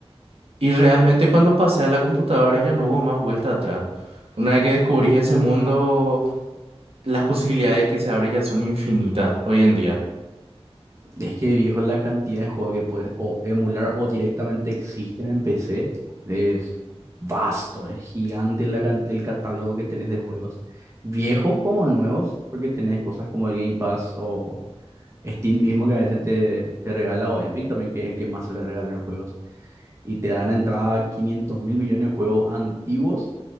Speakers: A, on the right; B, on the right.
A: Y realmente cuando pasé a la computadora ya no hubo más vuelta atrás. Una vez que descubrí ese mundo, las posibilidades que se abren ya son infinitas hoy en día.
B: Es que, viejo, la cantidad de juegos que puedes o emular o directamente existen en PC es vasto, es gigante la can- el catálogo que tenés de juegos, viejos como nuevos, porque tenés cosas como el Game Pass o Steam mismo que a veces te, te regala, o Epic también, que es el que más suele regalar juegos y te dan a entrada 500 mil millones de juegos antiguos